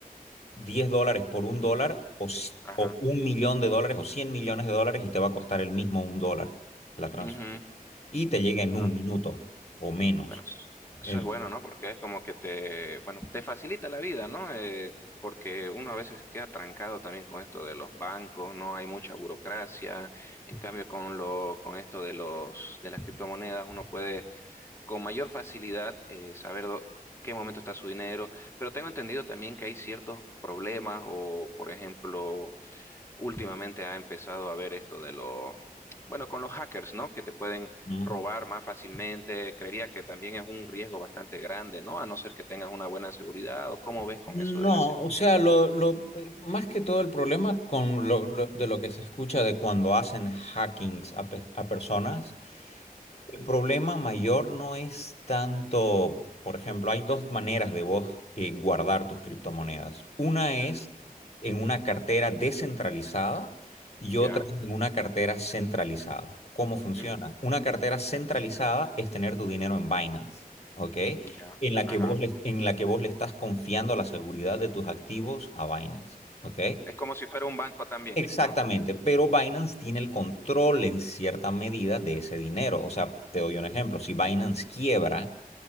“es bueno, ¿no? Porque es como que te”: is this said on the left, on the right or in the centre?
Left